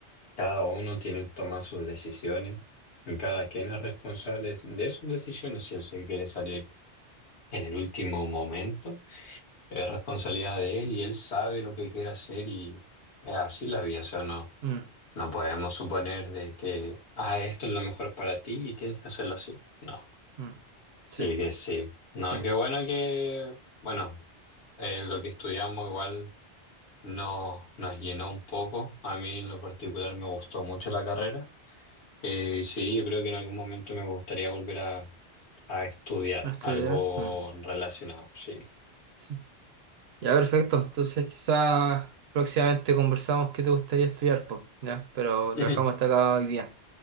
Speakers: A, on the left; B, on the right.
A: cada uno tiene que tomar sus decisiones y cada quien es responsable de sus decisiones. Si él se quiere salir en el último momento. Es responsabilidad de él y él sabe lo que quiere hacer y es así la vida. O sea, no,
B: mm,
A: no podemos suponer de que, ah, esto es lo mejor para ti y tienes que hacerlo así. No,
B: mm,
A: sí
B: sí,
A: que sí. No,
B: sí,
A: qué bueno que, bueno, eh, lo que estudiamos igual no, nos llenó un poco. A mí en lo particular me gustó mucho la carrera. Eh, sí, yo creo que en algún momento me gustaría volver a, a estudiar
B: no estudiar.
A: algo
B: mm,
A: relacionado, sí.
B: sí. Ya, perfecto. Entonces quizá próximamente conversamos qué te gustaría estudiar, pues, ya, pero
A: <laughs>
B: lo dejamos hasta acá hoy día.